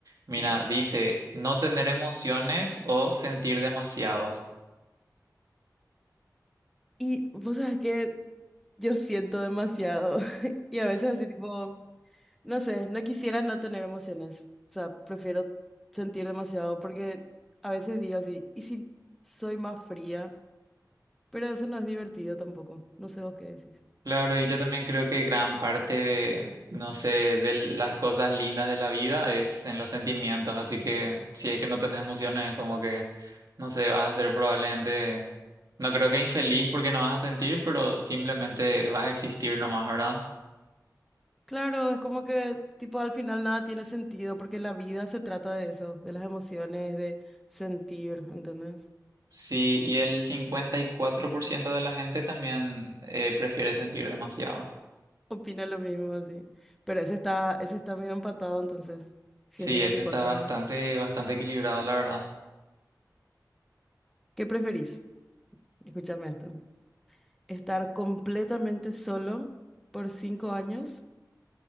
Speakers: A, on the right; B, in the centre.
A: Mira,
B: Dale.
A: dice, no tener emociones o sentir demasiado.
B: Y vos sabés que yo siento demasiado. <laughs> Y a veces así, tipo, no sé, no quisiera no tener emociones. O sea, prefiero sentir demasiado porque a veces digo así, ¿y si soy más fría? Pero eso no es divertido tampoco. No sé vos qué decís.
A: Claro, y yo también creo que gran parte de, no sé, de las cosas lindas de la vida es en los sentimientos, así que si es que no tenés emociones, es como que, no sé, vas a ser probablemente, no creo que infeliz porque no vas a sentir, pero simplemente vas a existir nomás, ¿verdad?
B: Claro, es como que tipo al final nada tiene sentido porque la vida se trata de eso, de las emociones, de sentir, ¿entendés?
A: Sí, y el 54% de la gente también eh, prefiere sentir demasiado.
B: Opina lo mismo, sí. Pero ese está, ese está medio empatado entonces. Si
A: Sí,
B: es 54
A: ese está bastante,
B: hermano.
A: bastante equilibrado, la verdad.
B: ¿Qué preferís? Escúchame esto. ¿Estar completamente solo por cinco años